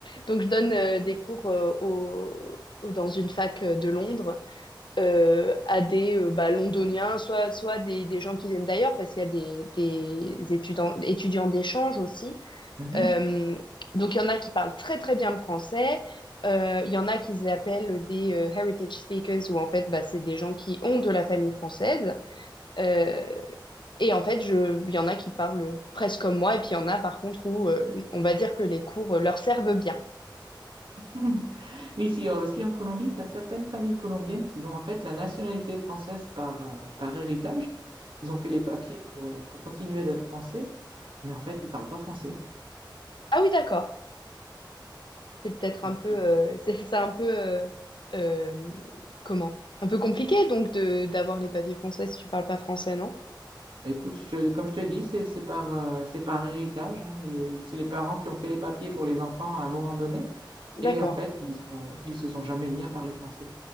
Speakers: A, on the left; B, on the right.
A: Donc, je donne euh, des cours euh, au- au- dans une fac euh, de Londres euh, à des euh, bah, londoniens, soit, soit des, des gens qui viennent d'ailleurs, parce qu'il y a des, des étudiants, étudiants d'échange aussi.
B: Mhm.
A: Euh, donc, il y en a qui parlent très, très bien le français. Euh, Il y en a qui s'appellent des euh, heritage speakers, où en fait, bah, c'est des gens qui ont de la famille française. Euh, et en fait, je, il y en a qui parlent presque comme moi, et puis il y en a par contre où euh, on va dire que les cours euh, leur servent bien.
B: <laughs> Oui, ici euh, aussi en Colombie, tu as certaines familles colombiennes qui ont en fait la nationalité française par, euh, par héritage. Ils ont fait les papiers pour, euh, pour continuer d'être français, mais en fait, ils parlent pas français.
A: Ah oui, d'accord. C'est peut-être un
B: Donc
A: peu,
B: c'est-
A: euh, c'est c'est un peu, euh, euh, comment? Un peu compliqué donc de d'avoir les papiers français si tu parles pas français, non?
B: Bah, Écoute, je- comme je te dis, c'est c'est par, euh, c'est par héritage. hein. Les- C'est les parents qui ont fait les papiers pour les enfants à un moment donné.
A: D'accord.
B: Et en fait, ils ont- ils se sont jamais mis à parler français.